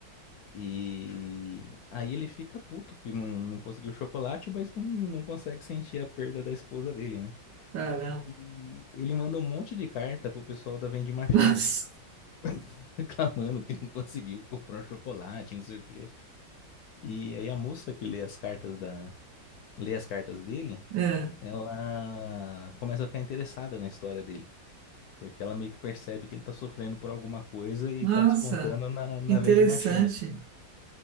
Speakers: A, on the left (about 70°); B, on the right (about 85°).
A: E aí ele fica puto que não, não conseguiu chocolate, mas não, não consegue sentir a perda da esposa dele, né?
B: Caramba.
A: E ele manda um monte de carta pro pessoal da vending machine,
B: Nossa.
A: <laughs> reclamando que não conseguiu comprar o chocolate, não sei o quê. E aí a moça que lê as cartas da, lê as cartas dele,
B: É.
A: ela começa a ficar interessada na história dele. Porque ela meio que percebe que ele tá sofrendo por alguma coisa e
B: Nossa.
A: tá descontando na, na
B: Que Interessante.
A: vending machine.